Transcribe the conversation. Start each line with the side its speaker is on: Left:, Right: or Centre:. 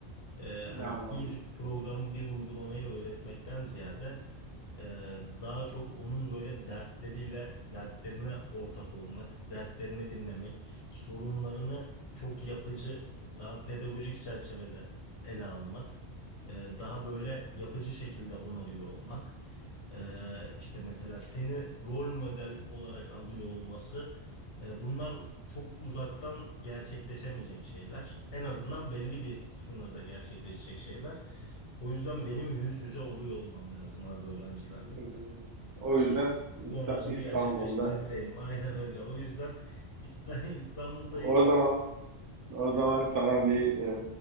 Left: E,
Right: Ne
Left: hani
Right: anladım.
Left: bir programı bir uygulamayı öğretmekten ziyade ee, daha çok onun böyle dertleriyle dertlerine ortak olmak, dertlerini dinlemek, sorunlarını çok yapıcı, daha pedagojik çerçevede ele almak, ee, daha böyle yapıcı şekilde onarıyor olmak. Ee, işte mesela seni rol model olarak alıyor olması, e, bunlar çok uzaktan gerçekleşemeyecek şeyler. En azından belli bir sınırda gerçekleşecek şeyler. O yüzden
Right: Hı hı,
Left: benim yüz yüze oluyor olmam lazım abi öğrencilerle.
Right: hı hı. O
Left: Ki
Right: yüzden İsta-
Left: bu amacımı
Right: İstanbul'da
Left: gerçekleştirebileyim. <laughs> Aynen öyle. O yüzden İsta- <laughs> İstanbul'dayız.
Right: o zaman o zaman sana bir e,